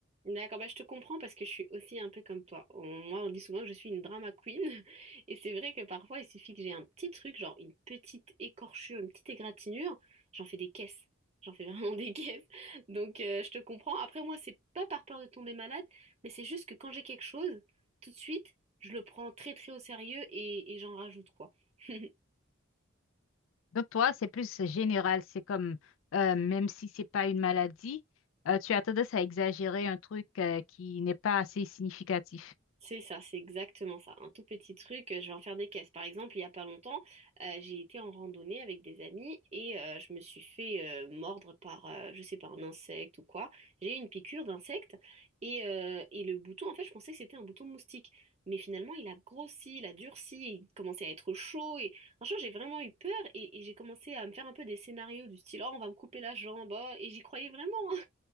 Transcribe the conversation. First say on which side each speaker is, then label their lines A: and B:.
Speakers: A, on the right; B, on the left.
A: D'accord, bah, je te comprends parce que je suis aussi un peu comme toi. On- moi, on dit souvent que je suis une drama queen. <laughs> Et c'est vrai que parfois, il suffit que j'ai un petit truc, genre une petite écorchure, une petite égratignure, j'en fais des caisses. J'en fais vraiment <laughs> des caisses. Donc, euh, je te comprends. Après, moi, c'est pas par peur de tomber malade, mais c'est juste que quand j'ai quelque chose, tout de suite, je le prends très, très au sérieux et, et j'en rajoute, quoi. <laughs>
B: Donc toi, c'est plus général, c'est comme euh, même si c'est pas une maladie, euh, tu as tendance à exagérer un truc euh, qui n'est pas assez significatif.
A: C'est ça, c'est exactement ça. Un tout petit truc, euh, je vais en faire des caisses. Par exemple, il n'y a pas longtemps, euh, j'ai été en randonnée avec des amis et euh, je me suis fait euh, mordre par, euh, je sais pas, un insecte ou quoi. J'ai eu une piqûre d'insecte et, euh, et le bouton, en fait, je pensais que c'était un bouton de moustique. Mais finalement, il a grossi, il a durci, il commençait à être chaud et franchement, j'ai vraiment eu peur et, et j'ai commencé à me faire un peu des scénarios du style, oh, on va me couper la jambe, oh, et j'y croyais vraiment. hein.